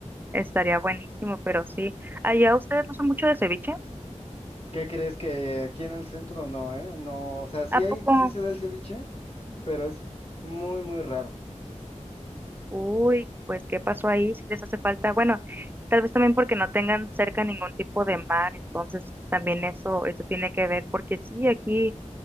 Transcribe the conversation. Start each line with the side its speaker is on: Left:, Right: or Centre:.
Right: Estaría buenísimo, pero sí. Allá ustedes no son mucho de ceviche,
Left: ¿Qué crees que aquí en el centro no, eh? No, o sea, sí
Right: ¿a
Left: hay,
Right: poco?
Left: sí se da el ceviche, pero es muy, muy raro.
Right: Uy, pues ¿qué pasó ahí? Si les hace falta, bueno, tal vez también porque no tengan cerca ningún tipo de mar, entonces también eso, eso tiene que ver, porque sí, aquí,